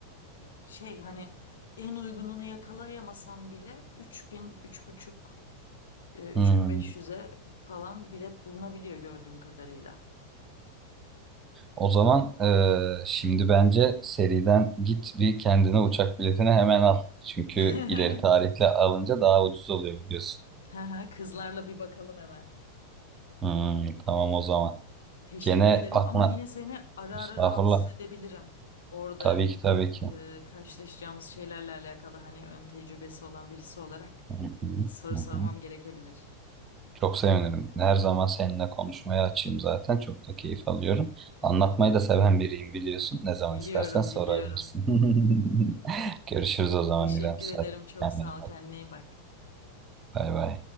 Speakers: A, on the left; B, on the right.
A: e, şey hani en uygununu yakalayamasam bile 3000, 3.5, e, 3500'e
B: Hı hı.
A: falan bilet bulunabiliyor gördüğüm kadarıyla.
B: O zaman eee, şimdi bence seriden git bir kendine uçak biletini hemen al. Çünkü
A: <laughs>
B: ileri tarihle alınca daha ucuz oluyor biliyorsun.
A: Haha, Kızlarla bir bakalım hemen.
B: Hmm, tamam o zaman.
A: Teşekkür
B: Gene
A: ederim
B: aklına
A: ama yine seni ara
B: estağfurullah.
A: ara rahatsız edebilirim. Orada
B: Tabii ki tabii ki.
A: e, karşılaşacağımız şeylerle alakalı hani ön tecrübesi olan birisi olarak
B: Hı hı.
A: soru
B: Hı
A: sormam
B: hı.
A: gerekebilir.
B: Çok sevinirim. Her zaman seninle konuşmaya açayım zaten. Çok da keyif alıyorum. Anlatmayı
A: Tamam.
B: da seven biriyim biliyorsun. Ne zaman
A: Biliyorum,
B: istersen sorabilirsin.
A: biliyorum.
B: <laughs> Görüşürüz o zaman
A: Teşekkür
B: İrem.
A: ederim.
B: Hadi
A: Çok
B: kendine
A: sağ
B: iyi bak.
A: ol. Kendine iyi bak.
B: Bay bay.